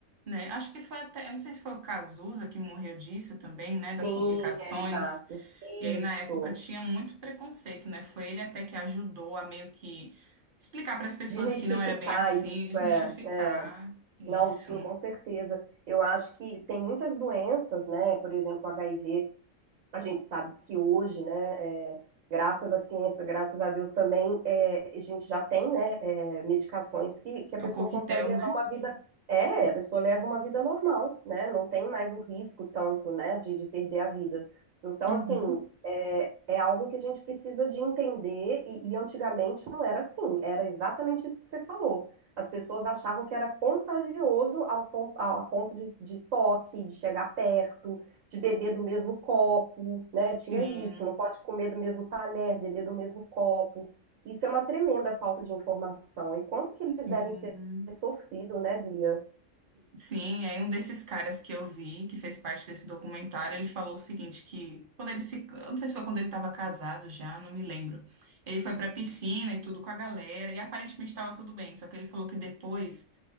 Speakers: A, on the right (about 50°); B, on the right (about 80°).
A: Né? Acho que foi até, eu não sei se foi o Cazuza que morreu disso também, né?
B: Sim,
A: Das complicações.
B: é exato. Isso.
A: E aí, na época, tinha muito preconceito, né? Foi ele até que ajudou a meio que explicar para as pessoas
B: Desmistificar
A: que não era bem assim,
B: isso,
A: desmistificar
B: é. é.
A: isso.
B: Não, sim, com certeza. Eu acho que tem muitas doenças, né? Por exemplo, o HIV. A gente sabe que hoje, né, é, graças à ciência, graças a Deus também, é, a gente já tem, né, é, medicações que, que a pessoa
A: É o coquetel,
B: consegue levar
A: né?
B: uma vida. É, a pessoa leva uma vida normal, né? Não tem mais o risco tanto, né, de, de perder a vida. Então,
A: Uhum.
B: assim, é, é algo que a gente precisa de entender, e, e antigamente não era assim, era exatamente isso que você falou. As pessoas achavam que era contagioso ao, tom- ao- a ponto de, de toque, de chegar perto de beber do mesmo copo, né?
A: Sim,
B: Tinha isso, não pode comer do mesmo talher, beber do mesmo copo. Isso é uma tremenda falta de informação. E quanto que
A: sim.
B: eles devem ter sofrido, né, Bia?
A: Sim, e aí um desses caras que eu vi, que fez parte desse documentário, ele falou o seguinte, que quando ele se... Eu não sei se foi quando ele estava casado já, não me lembro. Ele foi pra piscina e tudo com a galera, e aparentemente estava tudo bem, só que ele falou que depois...